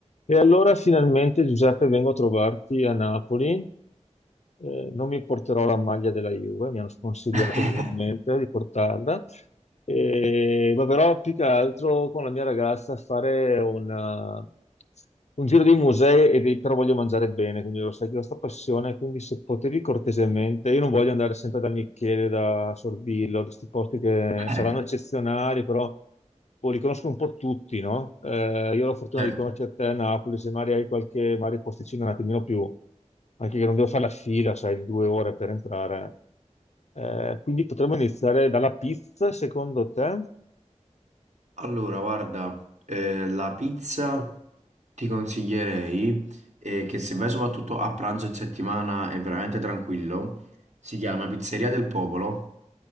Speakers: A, on the left; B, on the right.
A: E allora finalmente Giuseppe vengo a trovarti a Napoli eh, non mi porterò la maglia della Juve, mi hanno sconsigliato
B: <laughs>
A: vivamente di portarla, Eh, ma però più che altro con la mia ragazza a fare una- un giro di musei, e di- però voglio mangiare bene, quindi lo sai che ho questa passione, quindi se potevi cortesemente, io non voglio andare sempre da Michele, da Sorbillo, da questi posti che
B: Eh,
A: saranno eccezionali, però boh, li conosco un po' tutti, no? Eh, io ho la fortuna
B: Certo.
A: di conoscere te a Napoli, se magari hai qualche magari posticino un attimino più anche che non devo fare la fila, sai, due ore per entrare. Eh, quindi potremmo iniziare dalla pizza, secondo te?
B: Allora, guarda, eh, la pizza ti consiglierei, eh, che se vai soprattutto a pranzo in settimana è veramente tranquillo, si chiama Pizzeria del Popolo,